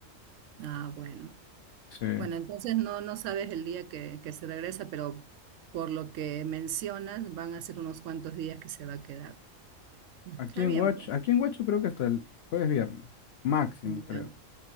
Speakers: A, on the right; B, on the left.
A: Ah, bueno.
B: Sí.
A: Bueno, entonces no, no sabes el día que, que se regresa, pero por lo que mencionas, van a ser unos cuantos días que se va a quedar. Mm,
B: Aquí
A: Está
B: en
A: bien,
B: Watch,
A: pues.
B: aquí en Huacho creo que hasta el jueves viernes, máximo
A: Ya.
B: creo,